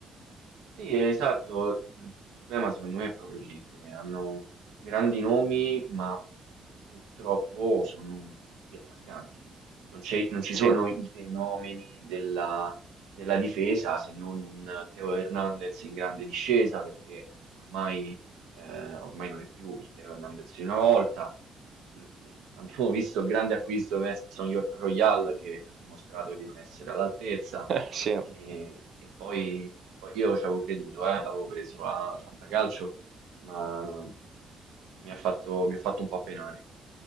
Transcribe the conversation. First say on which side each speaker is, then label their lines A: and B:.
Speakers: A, on the right (about 85°); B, on the right (about 55°).
A: Sì, esatto. Mm, Il problema secondo me è proprio lì che hanno grandi nomi, ma purtroppo sono tutti attaccanti. Non c'è- non ci
B: Sì,
A: sono i fenomeni della, della difesa se non un Teo Hernandez in grande discesa, perché ormai, eh, ormai non è più il Teo Hernandez di una volta. Mm, Abbiamo visto il grande acquisto di Emerson Royal che ha dimostrato di non essere all'altezza.
B: <laughs> sì.
A: E, e poi, poi io ci avevo creduto, eh, l'avevo preso a al Fantacalcio, ma mi ha fatto, mi ha fatto un po' penare.